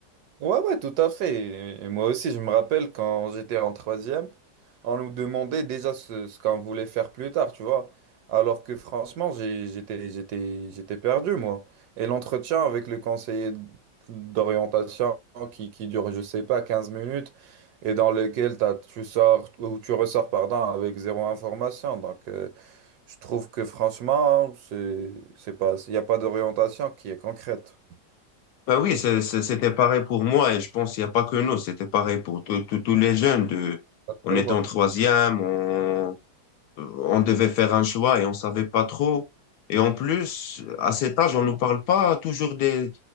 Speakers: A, on the right; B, on the left.
A: Ouais, ouais, tout à fait. Et moi aussi, je me rappelle quand j'étais en troisième, on nous demandait déjà ce, ce qu'on voulait faire plus tard, tu vois. Alors que franchement, j'ai- j'étais, j'étais, j'étais perdu, moi. Et l'entretien avec le conseiller d'orientation qui, qui dure, je sais pas, quinze minutes et dans lequel t'as, tu sors, ou tu ressors, pardon, avec zéro information. Donc, euh, je trouve que franchement, c'est, c'est pas, il n'y a pas d'orientation qui est concrète.
B: Ben oui, c'est- c'est- c'était pareil pour moi et je pense qu'il n'y a pas que nous, c'était pareil pour tous tous- tous les jeunes. De, on
A: Clairement.
B: était en troisième, euh, on devait faire un choix et on savait pas trop. Et en plus, à cet âge, on nous parle pas toujours des,